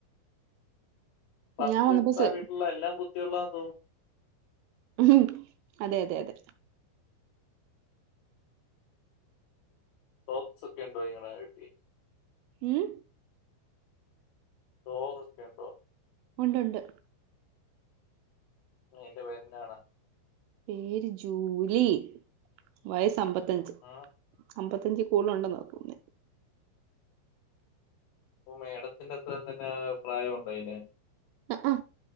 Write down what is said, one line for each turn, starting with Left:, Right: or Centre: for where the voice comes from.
Left: പറച്ചില്
Right: ഞാൻ വന്നപ്പോ
Left: കേട്ടിട്ട്
Right: സെ
Left: ആ വീട്ടിലുള്ള എല്ലാം ബുദ്ധിയുള്ള താന്ന് തോന്നുന്നു.
Right: ഉ അതെ അതെ അതെ.
Left: ഫോക്സൊക്കെ ഉണ്ടോയിങ്ങണട്ടി
Right: ഉം
Left: ഡോഗ് ഒക്കെ ഉണ്ടോ
Right: ഉണ്ട് ഉണ്ട്
Left: അയിന്റെ പേര്ന്നാണ്
Right: പേര് ജൂലി വയസ് അമ്പത്തഞ്ച്
Left: ഉം ഉം.
Right: അമ്പത്തി ത്തഞ്ച് കൂടുതൽ ഉണ്ടെന്നാ തോന്നേ
Left: അപ്പൊ മേഡത്തിന്റെത്ത് തന്നെ പ്രായം ഉണ്ടോ അയിന്
Right: ആ ആ